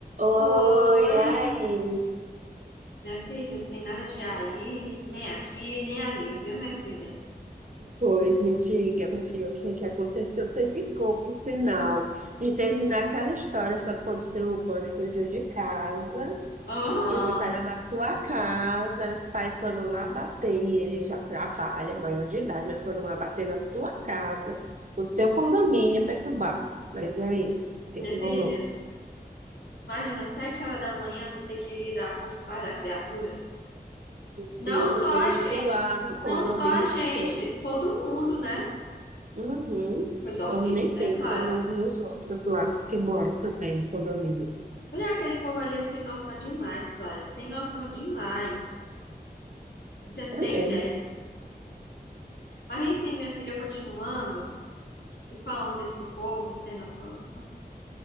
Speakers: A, on the right; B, on the left.
A: Oi,
B: Oi,
A: aí.
B: minha filha, não tem nada de aí, nem aqui, nem ali, viu, minha filha?
A: Pois me diga, meu filho, o que é que aconteceu? Você ficou, por sinal, de terminar aquela história sobre quando seu boy fugiu de casa
B: Aham,
A: e foi parar na sua casa. Aí Os pais foram lá bater, e ele já trabalha, maior de idade, mas foram lá bater na tua casa, no teu condomínio, perturbar. Mas e aí? O que
B: Minha
A: é que rolou?
B: filha, imagina, sete horas da manhã tu ter que lidar com os pais da criatura.
A: Meu
B: Não
A: Deus,
B: só
A: todo
B: a gente,
A: mundo lá no condomínio
B: não só a gente,
A: escutando.
B: todo mundo, né?
A: Uhum.
B: Coisa
A: Então,
B: horrível,
A: nem
B: né,
A: pensa
B: Clara?
A: no- nos outros lá que moram também no condomínio.
B: Olha, aquele povo ali é sem noção demais, Clara, sem noção demais. Você não tem
A: É
B: ideia.
A: mesmo.
B: Mas enfim, minha filha, continuando e falando desse povo sem noção.